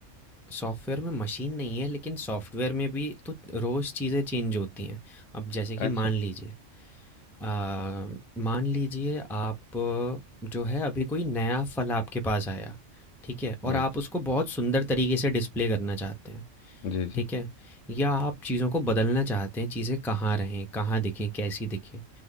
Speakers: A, in the centre; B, on the left.
A: सॉफ्टवेयर में मशीन नहीं है लेकिन सॉफ्टवेयर में भी तो रोज़ चीज़ें चेंज होती हैं अब जैसे कि
B: अच्छा
A: मान लीजिए आ, मान लीजिए आप अ, जो है अभी कोई नया फल आपके पास आया ठीक है और
B: जी
A: आप उसको बहुत सुंदर तरीके से डिस्प्ले करना चाहते हैं
B: जी जी
A: ठीक है या आप चीज़ों को बदलना चाहते हैं चीज़ें कहाँ रहें कहाँ दिखें कैसी दिखें